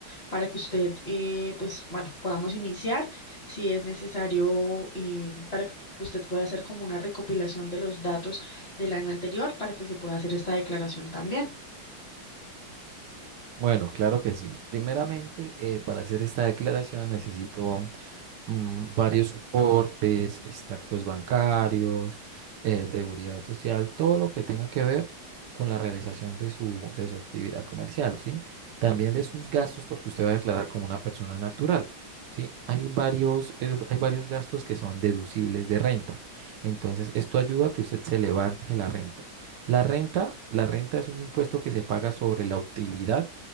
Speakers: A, on the left; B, on the right.
A: para que usted, eh, pues bueno, podamos iniciar si es necesario eh, para que usted pueda hacer como una recopilación de los datos del año anterior para que se pueda hacer esta declaración también.
B: Bueno, claro que sí. Primeramente, eh, para hacer esta declaración necesito mm, varios soportes, extractos bancarios, eh, seguridad social, todo lo que tenga que ver con la realización de su, de su actividad comercial, ¿sí? También de sus gastos, porque usted va a declarar como una persona natural, ¿sí? Hay varios, eh, hay varios gastos que son deducibles de renta. Entonces, esto ayuda a que usted se levante la renta. La renta, la renta es un impuesto que se paga sobre la utilidad